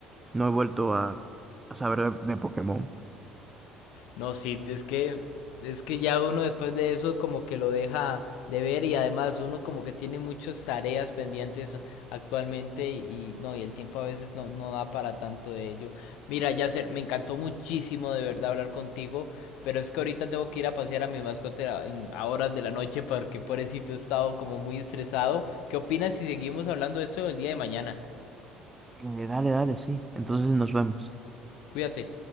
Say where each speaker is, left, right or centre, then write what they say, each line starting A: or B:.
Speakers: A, on the right; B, on the left.
A: no he vuelto a, a saber de Pokémon.
B: No, sí, es que, es que ya uno después de eso como que lo deja de ver y además uno como que tiene muchas tareas pendientes a- actualmente y, y no, y el tiempo a veces no, no da para tanto de ello. Mira, Yasser, me encantó muchísimo de verdad hablar contigo, pero es que ahorita tengo que ir a pasear a mi mascota a- en, a horas de la noche porque pobrecito he estado como muy estresado. ¿Qué opinas si seguimos hablando de esto el día de mañana?
A: Eh, dale, dale, sí. Entonces nos vemos.
B: Cuídate.